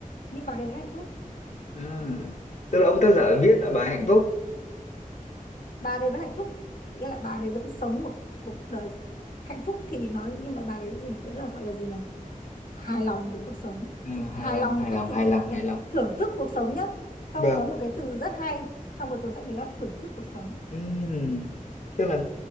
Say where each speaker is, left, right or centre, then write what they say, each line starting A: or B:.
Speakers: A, on the left; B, on the left.
A: nhưng bà đấy vẫn hạnh phúc
B: à, tức là ông tác giả viết là bà hạnh phúc
A: bà đấy vẫn hạnh phúc nghĩa là bà đấy vẫn sống một cuộc đời hạnh phúc thì nói nhưng mà bà đấy gì vẫn là gọi là gì nhỉ hài lòng với cuộc sống
B: à,
A: thực,
B: hài
A: hài
B: lòng
A: lòng
B: hài
A: một cách
B: lòng
A: thực
B: hài
A: sự
B: lòng
A: nha.
B: hài lòng
A: thưởng thức cuộc sống nhá không
B: vâng
A: có một cái từ rất hay trong cái cuốn sách đấy là thưởng thức cuộc sống
B: Ừm, tức là